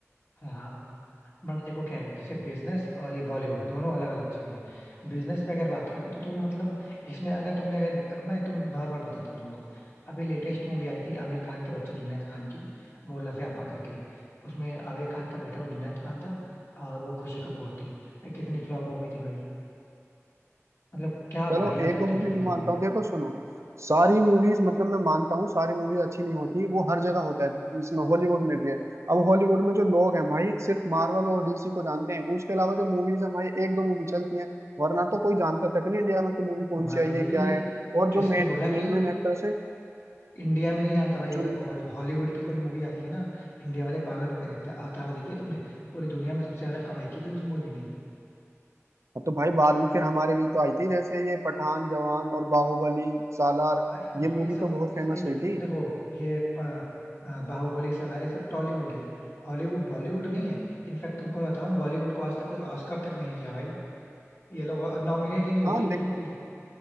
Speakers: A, on the left (about 55°); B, on the right (about 65°).
A: हाँ हाँ बट देखो क्या है जैसे बिजनेस और ये बॉलीवुड दोनों अलग अलग चीजें हैं बिजनेस पे अगर बात करें तो तुम मतलब इसमें अगर तुमने अगर मैं तुम नॉर्मल बताता हूँ तुमको अभी लेटेस्ट मूवी आई थी आमिर खान के बच्चे जुनैद खान की वो लफ यापा करके उसमें आमिर खान का बेटा वो जुनैद खान था और वो खुशी कपूर थी भाई कितनी फ्लॉप मूवी थी भाई मतलब क्या वाहियात
B: चलो एक
A: एक्टिंग
B: दो मूवी
A: की थी दोनों
B: मानता
A: ने
B: हूँ देखो सुनो सारी मूवीज मतलब मैं मानता हूँ सारी मूवी अच्छी नहीं होती वो हर जगह होता है इसमें हॉलीवुड में भी है अब हॉलीवुड में जो लोग हैं भाई सिर्फ मार्वल और डीसी को जानते हैं उसके अलावा जो मूवीज हैं भाई एक दो मूवी चलती हैं वरना तो कोई जानता तक नहीं इंडिया में कि मूवी कौन
A: भाई
B: सी आई है क्या है और
A: किसने
B: जो मेन
A: बोला
B: मेन
A: कि
B: मेन एक्टर्स हैं
A: इंडिया में नहीं जानता भाई
B: जो
A: अगर बॉल- हॉलीवुड की कोई मूवी आती है ना इंडिया वाले पागल होके देखते हैं अवतार देखी है तुमने पूरी दुनिया में सबसे ज्यादा कमाई की थी उस मूवी ने
B: हाँ, तो भाई बाद में फिर हमारे भी तो आई थी जैसे ये पठान जवान और बाहुबली सालार
A: भाई
B: ये
A: ये
B: मूवी
A: सब
B: तो बहुत
A: मूवीज
B: फेमस
A: भाई
B: हुई थी
A: देखो ये प- अ, बाहुबली सलार ये सब टॉलीवुड है हॉलीवुड बॉलीवुड नहीं है इनफैक्ट तुमको मैं बताऊं बॉलीवुड को आज तक कोई ऑस्कर तक नहीं मिला भाई ये लोग नॉमिनेट ही नहीं होती
B: हाँ
A: इनकी
B: लेकिन
A: मूवी